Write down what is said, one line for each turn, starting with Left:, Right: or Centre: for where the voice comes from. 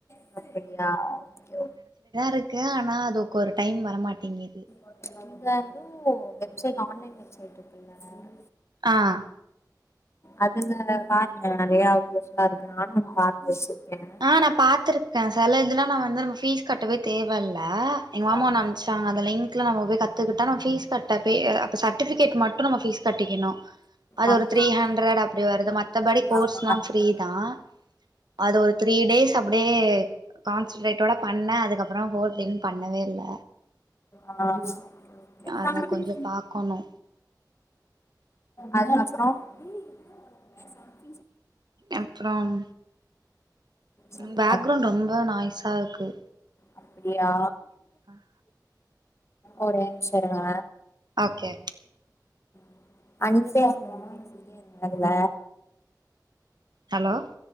Left: <unintelligible> ஓகே
Right: இருக்கே ஆனா அதுக்கு ஒரு டைம் வரமாட்டேங்குது
Left: ஓகே இருந்தாலும் வெப்சைட் ஆன்லைன் சைட்டுக்குங்கள
Right: ஆஹ்
Left: அதுல பாருங்க நெறைய யூஸ்ஃபுல்லா இருக்கு நானும் பாத்தாச்சு என்ன
Right: நான் பாத்திருக்கேன் சில இதுலலாம் வந்து பீஸ் கட்டவே தேவை இல் ஆஹ எங்க மாமா
Left: ஆமா
Right: ஒன்னு அனுப்பிச்சாங்க அந்த லிங்க்ல நம்ம போய் கத்துக்கிட்டா பீஸ் கட்டவே வே சர்டிபிகேட்டு மட்டும் பீஸ் கட்டிக்கணும் அது
Left: ஆமா
Right: ஒரு த்ரீ
Left: ஆமா
Right: ஹண்ட்ரட் அப்படி வருது மத்தபடி கோர்ஸ்
Left: ஆமா
Right: எல்லா
Left: கம்மிதா
Right: ஃப்ரீ தான் அது ஒரு த்ரீ டேஸ் அப்டியே கான்சன்ட்ரேட்டோ பண்ணுனேன் அதுக்கப்புறம் ஃபோர்த் இயர் பண்ணவே இல்ல
Left: ஆஹ் ஓகே ஒகே
Right: அத கொஞ்சோ பாக்கணு
Left: அதுக்கப்புறம் <unintelligible>
Right: அப்புறம்
Left: சொல்லுங்க
Right: பேக்ரௌண்ட் ரொம்ப நாய்ஸா இருக்கு
Left: அப்டியா
Right: ஆஹ
Left: ஒரே நிமிஷம் இருங்க
Right: ஓகே
Left: <unintelligible> அதுல
Right: ஹலோ